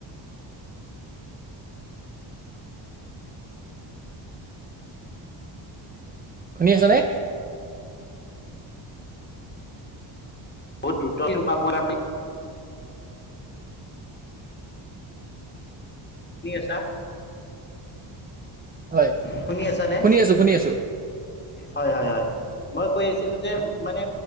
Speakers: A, on the right; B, on the left.
A: শুনি আছ নে?
B: <unintelligible> নি আছা?
A: হয়
B: শুনি আছ নে?
A: শুনি আছো শুনি আছো
B: হয় হয় হয়। মই কৈ আছিলো যে মানে